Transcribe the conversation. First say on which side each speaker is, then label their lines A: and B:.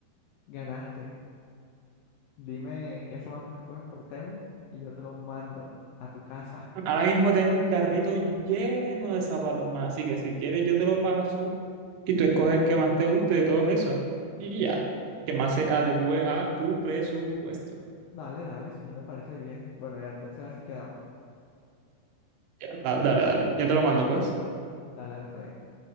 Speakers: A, on the left; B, on the right.
A: ganaste. Dime qué zapatos escoges por Temu y yo te los mando a tu casa.
B: Ahora mismo tengo un carrito lleno de zapatos más, así que si quieres yo te lo paso y tú
A: Tú,
B: escoges el que más te guste de todos esos. Y ya,
A: tú,
B: que más se adecue a tu presupuesto.
A: Dale, dale, sí, me parece bien. Bueno, ya entonces así quedamos.
B: Ya, da- dale, dale, ya te lo mando pues.
A: Dale, dale, está bien.